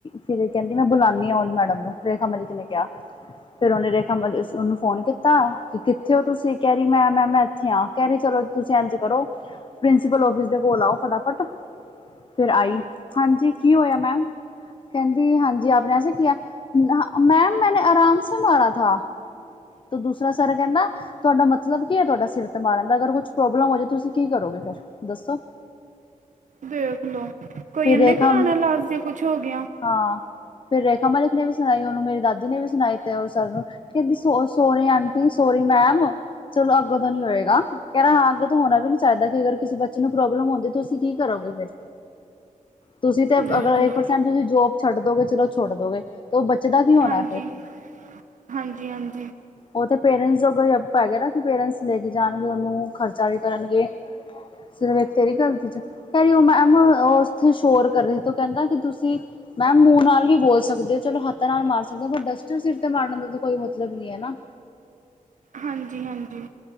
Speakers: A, on the left (about 35°); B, on the right (about 65°).
A: ਫਿਰ ਕਹਿੰਦੀ ਮੈਂ ਬੁਲਾਂਦੀ ਆ ਓ ਮੈਡਮ ਨੂੰ, ਰੇਖਾ ਮਲਿਕ ਨੇ ਕਿਹਾ। ਫੇਰ ਉਹਨੇ ਰੇਖਾ ਮਲਿਕ ਉਹਨੂੰ ਫੋਨ ਕੀਤਾ ਕਿ ਕਿੱਥੇ ਹੋ ਤੁਸੀਂ, ਕਹਿ ਰਹੀ ਮੈਂ ਮੈਮ ਇੱਥੇ ਆ। ਕਹਿ ਰਹੀ, ਚਲੋ ਤੁਸੀਂ ਇੰਜ ਕਰੋ ਪ੍ਰਿੰਸੀਪਲ ਆਫਿਸ ਦੇ ਕੋਲ ਆਓ ਫਟਾਫਟ। ਫੇਰ ਆਈ ਹਾਂਜੀ, ਕੀ ਹੋਇਆ ਮੈਮ। ਕਹਿੰਦੀ ਹਾਂਜੀ ਆਪ ਨੇ ਐਸੇ ਕਿਆ, ਮੈਮ ਮੈਂਨੇ ਆਰਾਮ ਸੇ ਮਾਰਾ ਥਾ। ਦੂਸਰਾ ਸਰ ਕਹਿਂਦਾ ਤੁਹਾਡਾ ਮਤਲਬ ਕੀ ਹੈ ਤੁਹਾਡਾ ਸਿਰ ਤੇ ਮਾਰਨ ਦਾ, ਅਗਰ ਕੁਛ ਪ੍ਰੋਬਲਮ ਹੋ ਜਾਵੇ, ਤੁਸੀਂ ਕੀ ਕਰੋਗੇ? ਦੱਸੋ?
B: ਦੇਖ ਲੋ, ਕੋਈ
A: ਫਿਰ
B: ਇਹਨੇ
A: ਰੇਖਾ
B: ਕਰਾਣਾ ਲਾਜ ਜੇ ਕੁਛ ਹੋ ਗਿਆ।
A: ਹਾਂ, ਫਿਰ ਰੇਖਾ ਮਲਿਕ ਨੇ ਵੀ ਸੁਣਾਈ ਹੋਣੀ। ਮੇਰੀ ਦਾਦੀ ਨੇ ਵੀ ਸੁਣਾਈ ਤੇ ਉਹ ਸਰ ਨੂੰ, ਕਹਿੰਦੀ ਸ ਸੋਰੀ ਆਂਟੀ, ਸੋਰੀ ਮੈਮ। ਚਲੋ, ਅੱਗੋਂ ਤੋਂ ਨੀ ਹੋਏਗਾ। ਕਹਿ ਣਾ ਅੱਗੇ ਤੋਂ ਹੋਣਾ ਵੀ ਨੀ ਚਾਹੀਦਾ, ਕਿ ਅਗਰ ਕਿਸੇ ਬੱਚੇ ਨੂੰ ਪ੍ਰੋਬਲਮ ਹੁੰਦੀ ਤੁਸੀਂ ਕੀ ਕਰੋਗੇ ਫੇਰ। ਤੁਸੀਂ ਤੇ
B: ਦੇਖ
A: ਅਗਰ
B: ਲਓ
A: ਇੱਕ ਪਰਸੈਂਟ ਜੋਬ ਛੱਡ ਦੋਗੇ ਚਲੋ ਛੱਡ ਦੋਗੇ, ਉਹ ਬੱਚੇ ਦਾ ਕੀ ਹੋਣਾ
B: ਹਾਂਜੀ
A: ਫੇਰ?
B: ਹਾਂਜੀ ਹਾਂਜੀ
A: ਉਹ ਤੇ ਪੇਰੈਂਟਸ ਜੋਗਾ ਯਾਭ ਪੈ ਗਿਆ ਨਾ, ਕਿ ਪੇਰੈਂਟਸ ਲੈ ਕੇ ਜਾਣਗੇ ਉਹਨੂੰ, ਖਰਚਾ ਵੀ ਕਰਨਗੇ। ਸਿਰਫ ਇਕ ਤੇਰੀ ਗਲਤੀ 'ਚ ਕੈਹਿ ਰੀ ਉ ਮੈਮ ਉਹ ਉੱਥੇ ਸ਼ੋਰ ਕਰ ਰਏ ਤੇ ਉਹ ਕਹਿੰਦਾ, ਕਿ ਤੁਸੀਂ ਮੈਮ ਮੂੰਹ ਨਾਲ ਨੀ ਬੋਲ ਸਕਦੇ। ਚਲੋ ਹੱਥ ਨਾਲ ਮਾਰ ਸਕਦਾ, ਪਰ ਡਸਟਰ ਸਿਰ ਤੇ ਮਾਰਨ ਦਾ ਤਾਂ ਕੋਈ ਮਤਲਬ ਨੀ ਹੈ ਨਾ।
B: ਹਾਂਜੀ, ਹਾਂਜੀ।